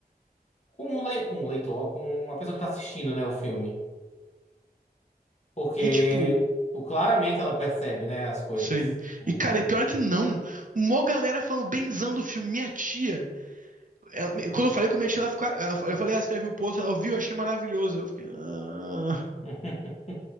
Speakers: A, on the left; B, on the right.
A: com, o le- com o leitor, com a pessoa que tá assistindo, né, o filme. Porque,
B: E tipo,
A: tipo, claramente ela percebe, né, as coisas.
B: sim.
A: Tipo,
B: E cara, e pior que não, mó galera falando benzão do filme, minha tia. ela- quando eu falei com minha tia, ela ficou, ela- eu falei, ah, você já viu o post? Ela viu, achei maravilhoso. Eu fiquei, ah,
A: <laughs>